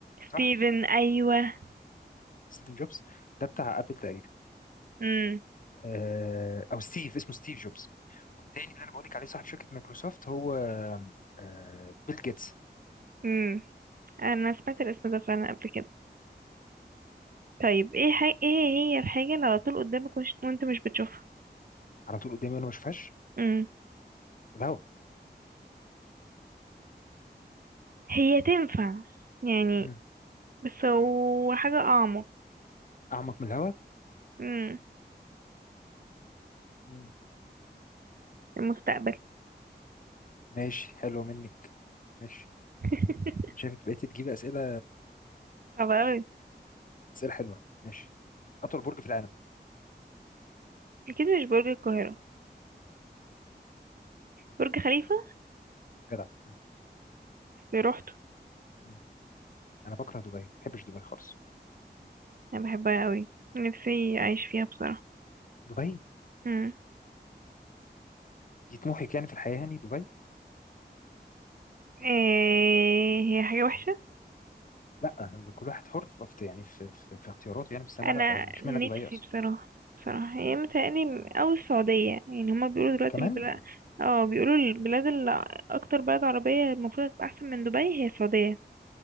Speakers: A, on the right; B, on the left.
A: ستيفن
B: صح
A: ايوه
B: ستيفن جوبز ده بتاع ابل تقريبا
A: امم
B: آه، او ستيف اسمه ستيف جوبز والتاني اللي انا بقولك عليه صاحب شركه مايكروسوفت هو آه، آه، بيل جيتس
A: امم انا سمعت الاسم ده فعلا قبل كده طيب ايه حاجة ايه هي الحاجة اللي على طول قدامك وش... وانت مش بتشوفها
B: على طول قدامي وانا ما بشوفهاش
A: امم
B: الهواء
A: هي تنفع يعني
B: مم.
A: بس هو حاجة اعمق
B: أعمق من الهواء
A: امم
B: مم.
A: المستقبل
B: ماشي حلو منك ماشي
A: <laughs>
B: أنت شايفك بقيت تجيب أسئلة
A: صعب اوي
B: أسئلة حلوة ماشي أطول برج في العالم
A: اكيد مش برج القاهرة برج خليفة
B: جدع مم.
A: في روحته
B: مم. أنا بكره دبي ما بحبش دبي خالص
A: انا بحبها اوي نفسي اعيش فيها بصراحة
B: دبي
A: امم
B: دي طموحك يعني في الحياة يعني دبي
A: إيه هي حاجة وحشة
B: لا كل واحد حر في في- يعني في, في, في اختياراته يعني بس أنا
A: انا
B: لا يعني مش
A: نفسي
B: معنى دبي أصلا
A: بصراحه بصراحه هي متهيألي او السعوديه يعني هما بيقولوا دلوقتي
B: كمان
A: البلاد اه بيقولوا البلاد اللي اكتر بلد عربيه المفروض هتبقى احسن من دبي هي السعوديه